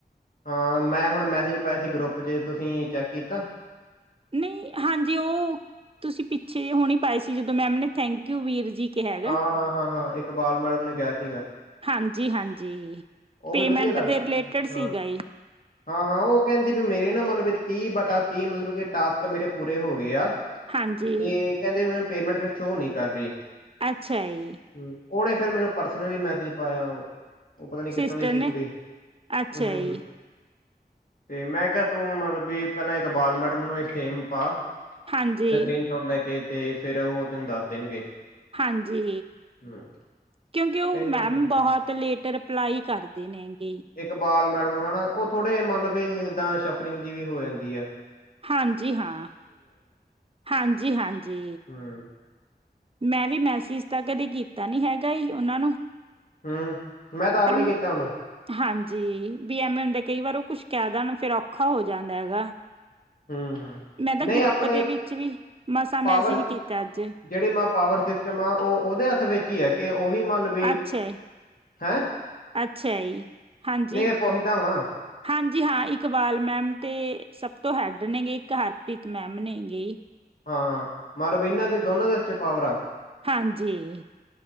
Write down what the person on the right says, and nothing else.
ਨਹੀ ਹਾਂਜੀ ਉਹ ਤੁਸੀ ਪਿੱਛੇ ਹੁਣੀ ਪਾਏ ਸੀ ਜਦੋ ਮੈਮ ਨੇ ਥੈਂਕਯੂ ਵੀਰ ਜੀ। ਕਿਹਾ ਹੈਗਾ।
ਹਾਂਜੀ-ਹਾਂਜੀ
ਪੇਮੈਂਟ
ਦੇ ਰਿਲੇਟਡ ਸੀਗਾ
ਜੀ
ਹਾਂਜੀ
ਅੱਛਾ ਈ
ਸਿਸਟਰ
ਨੇ
ਅੱਛਾ
ਜੀ
ਹਾਂਜੀ
ਹਾਂਜੀ!
ਕਿਉਂਕਿ ਉਹ
ਮੈਮ
ਬਹੁਤ ਲੇਟ ਰਿਪਲਾਈ ਕਰਦੇ ਨੇਗੇ
ਹਾਂਜੀ ਹਾਂ! ਹਾਂਜੀ - ਹਾਂਜੀ
ਮੈਂ ਵੀ ਮੈਸੇਜ ਤਾਂ ਕਦੇ ਕੀ ਤਾ ਨੀ ਹੇਗਾ ਹੀ ਓਨਾ ਨੂ,
ਪਰ
ਹਾਂਜੀ ਵੀ ਐਵੇਂ ਹੁੰਦਾ ਕਈ ਵਾਰ ਓ ਕੁਛ ਕਹਿ ਦਣ ਫੇਿਰ ਔਖਾ ਹੋ ਜਾਂਦਾ ਹੈਗਾ
ਮੈਂ ਤਾਂ
ਗਰੁੱਪ
ਦੇ ਵਿੱਚ ਵੀ ਮਸਾਂ
ਮੈਸੇਜ ਕੀਤਾ ਅੱਜ
ਅੱਛਾ ਜੀ
ਅੱਛਾ ਜੀ ਹਾਂਜੀ
-ਹਾਂਜੀ ਜੀ ਹਾਂ ਇਕਬਾਲ ਮੈਮ ਤੇ ਸਭ ਤੋਂ ਹੈਡ ਨੇ ਗੇ ਇੱਕ ਹਰਪ੍ਰੀਤ ਮੈਮ ਨੇ ਗੇ
ਹਾਂਜੀ